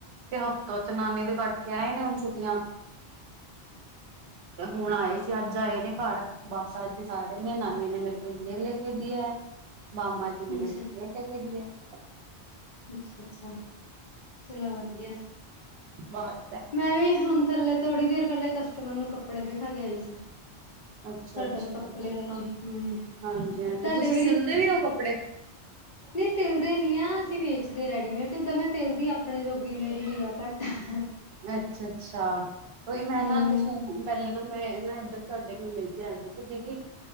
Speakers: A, on the right; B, on the left.
A: ਤੇ ਹਫ਼ਤਾ ਓਥੇ ਨਾਨੀ ਦੇ ਕੱਟ ਕੇ ਆਏ ਨੇ ਹੁਣ ਛੁੱਟੀਆਂ ਤੇ ਹੁਣ ਆਏ ਸੀ। ਅੱਜ ਆਏ ਨੇ ਘਰ ਬਸ ਅੱਜ ਸਾਰ ਮੇਰੀ ਨਾਨੀ ਨੇ ਮੇਰੇ ਕੋ ਯੇ ਲੈ ਕੇ ਦਿਆ ਹੈ, ਮਾਮਾ ਜੀ ਨੇ ਮੇਰੇ
B: ਅੱਛਾ
A: ਕੋ ਯੇ ਲੇ ਕੇ ਦੀਆ ਹੈ।
B: ਅੱਛਾ ਅੱਛਾ। ਚਲੋ ਵਧੀਆ।
A: ਬਾਏ।
B: ਮੈਂ ਵੀ ਹੁਨ ਥੱਲੇ ਥੋੜ੍ਹੀ ਦੇਰ ਪੈਲੇ ਕਸਟਮਰ ਨੂੰ ਕੱਪੜੇ ਦਖਾ ਕੇ ਆਈ ਸੀ।
A: <unintelligible> ਅੱਛਾ
B: ਸਾਡਾ
A: ਅੱਛਾ।
B: ਵੀ ਕੱਪੜੇ ਦਾ ਕੰਮ ਹੂੰ
A: ਹਾਂਜੀ ਹਾਂਜ
B: ਸਾਡੇ
A: ਤੁਸੀ ਸਿਲਦੇ ਵੀ ਓ ਕੱਪੜੇ? <unintelligible>
B: ਨੀ ਸਿਲਦੇ ਨੀ ਆ। ਅਸੀ ਵੇਚਦੇ ਰੈਡੀਮੇਟ ਓਦਾਂ ਮੈਂ ਸਿਲਦੀ ਅਪਣੇ ਜੋਗੀ ਮੇਰੀ ਨਿਗਾ ਘੱਟ ਆ।
A: ਅੱਛਾ ਅੱਛਾ। ਉਈ ਮੈਂ
B: ਹੂੰ
A: ਨਾ ਲੇ ਸੂ ਪੈਲੇ ਨਾ ਮੈਂ ਨਾ ਏਦਰ ਤੁਆਡੇ ਮੁਹੱਲੇ ਚ ਰੈਂਦੇ ਸੀ ਦੀਦੀ।